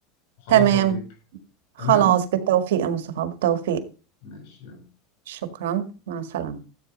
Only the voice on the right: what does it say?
تمام
خلاص بالتوفيق يا مصطفى بالتوفيق
شكرا مع السلامة